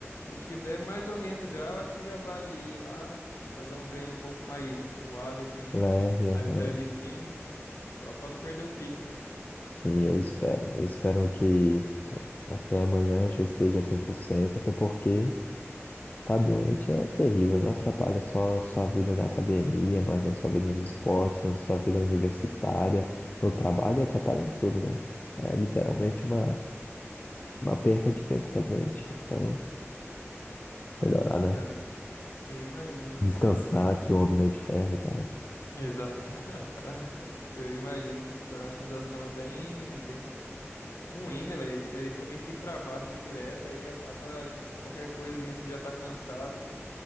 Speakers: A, on the left; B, on the left.
A: Se tiver mais ou menos já, eu acho que já vale ir lá, fazer um treino um pouco mais suave, assim,
B: Leve,
A: mais
B: aham.
A: levezinho, só pra não perder o pique, né?
B: Sim, eu espero. Eu espero que até amanhã já esteja 100%. até porque tá doente é terrível. Não atrapalha só a sua vida na academia, mas na sua vida nos esportes, na sua vida universitária, no trabalho, atrapalha em tudo, né? É literalmente uma, uma perca de tempo tá doente. Então, melhorar, né?
A: Eu, eu imagino
B: Descansar,
A: como é que.
B: que o homem não é de ferro e tal.
A: Exato. <laughs> Eu imagino que, tipo, é uma sensação bem, bem ruim, né, velho? Isso aí fica meio que pra baixo direto, aí acaba, tipo, qualquer coisinha, você já tá cansado.